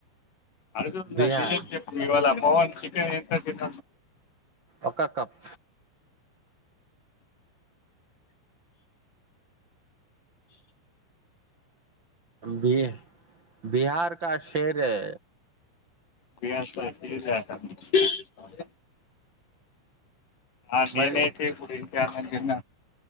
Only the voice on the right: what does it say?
బిహార్
ఒక కప్ బిర్యానీ బిహార్ కా షేర్ హై
మరి